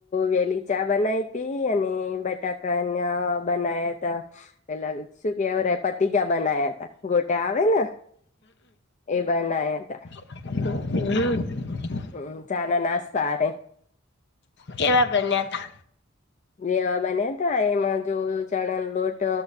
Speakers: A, on the left; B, on the left.
A: વેલી ચા બનાવી હતી અને બટાકાના બનાયા હતા પેલા શું કેવ રે પતિકા બનાવ્યા હતા. ગોટા આવે ને એ બનાયા હતા.
B: હમ્મ
A: હમ ચાના નાસ્તા આવે
B: કેવા બન્યા હતા.
A: જેવા બન્યા હતા એમાં જો ચણાનો લોટ